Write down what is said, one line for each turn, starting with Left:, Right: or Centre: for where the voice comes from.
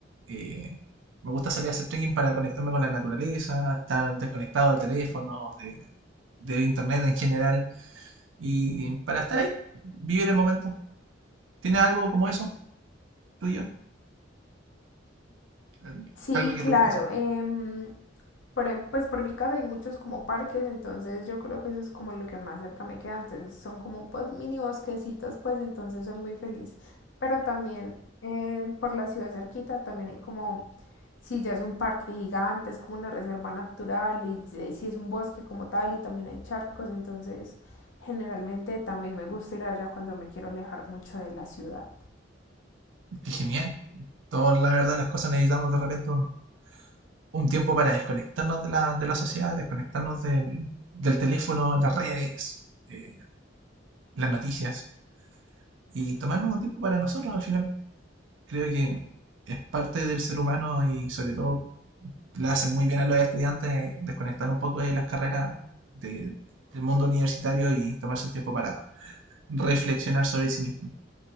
Right: eh, me gusta salir a hacer trekking para conectarme con la naturaleza, estar desconectado del teléfono, de, del internet en general, y para estar ahí, vivir el momento. ¿Tienes algo como eso, tuyo? Al-
Left: Sí,
Right: Algo que
Left: claro.
Right: te gusta hacer.
Left: Em, por, em- pues por mi casa hay muchos como parques, entonces yo creo que eso es como lo que más cerca me queda, entonces son como pues mini bosquecitos, pues entonces soy muy feliz. Pero también eh, por la ciudad cerquita también hay como, si ya es un parque gigante, es como una reserva natural y eh, si es un bosque como tal y también hay charcos, entonces generalmente también me gusta ir allá cuando me quiero alejar mucho de la ciudad.
Right: Qué genial. Todos, la verdad, las cosas necesitamos de repente un, un tiempo para desconectarnos de la, de la sociedad, desconectarnos del, del teléfono, las redes, eh, las noticias, y tomarnos un tiempo para nosotros al final. Creo que es parte del ser humano y sobre todo le hacen muy bien a los estudiantes desconectar un poco de las carreras de- del mundo universitario y tomarse un tiempo para reflexionar sobre sí mismo.